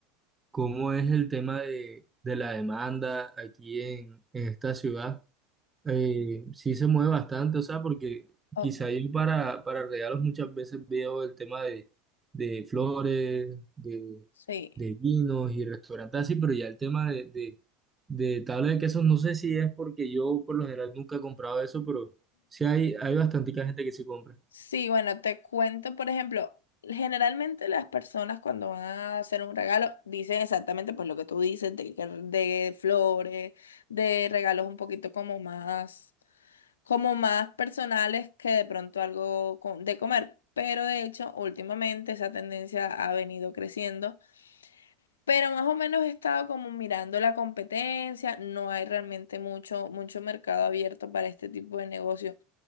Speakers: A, on the right; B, on the left.
A: ¿cómo es el tema de, de la demanda aquí en, en esta ciudad? Eh, sí se mueve bastante, o sea, porque
B: Oh,
A: quizá yo para, para regalos muchas veces veo el tema de, de flores, de,
B: sí.
A: de vinos y restaurantes así, pero ya el tema de, de, de tabla de quesos, no sé si es porque yo por lo general nunca he comprado eso, pero sí hay, hay bastante gente que se compra.
B: Sí, bueno, te cuento, por ejemplo, generalmente las personas cuando van a hacer un regalo dicen exactamente pues lo que tú dices, de, que- de flores, de regalos un poquito como más, como más personales que de pronto algo con- de comer. Pero de hecho, últimamente esa tendencia ha venido creciendo. Pero más o menos he estado como mirando la competencia, no hay realmente mucho, mucho mercado abierto para este tipo de negocio.